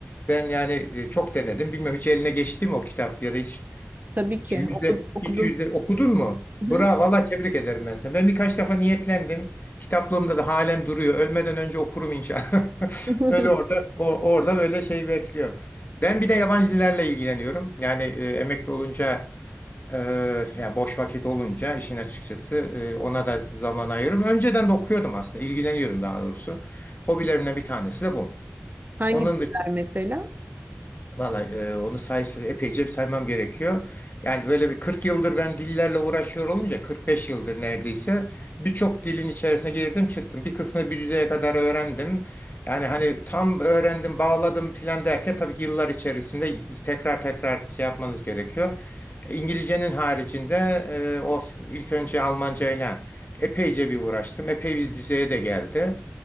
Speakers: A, on the left; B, on the right.
A: Ben yani e, çok denedim. Bilmem hiç eline geçti mi o kitap ya da hiç,
B: tabii
A: hiç
B: ki
A: yüzde
B: okudum. okudum.
A: hiç yüzde okudun mu?
B: Hı
A: Bravo,
B: hı.
A: valla tebrik ederim ben sana. Ben birkaç defa niyetlendim. Kitaplığımda da halen duruyor. Ölmeden önce okurum inşallah. <laughs>
B: <laughs>
A: Öyle orada o, orada böyle şey bekliyor. Ben bir de yabancı dillerle ilgileniyorum. Yani e, emekli olunca Eee, ya boş vakit olunca işin açıkçası eee, ona da zaman ayırırım. Önceden de okuyordum aslında, ilgileniyordum daha doğrusu. Hobilerimden bir tanesi de bu.
B: Hangi
A: Onun
B: diller mesela?
A: Valla e, onu sayısı epeyce saymam gerekiyor. Yani böyle bir 40 yıldır ben dillerle uğraşıyor olunca 45 yıldır neredeyse birçok dilin içerisine girdim çıktım. Bir kısmını bir düzeye kadar öğrendim. Yani hani tam öğrendim bağladım filan derken tabii ki yıllar içerisinde tekrar tekrar şey yapmanız gerekiyor. İngilizcenin haricinde e, o ilk önce Almanca ile epeyce bir uğraştım. Epey bir düzeye de geldi.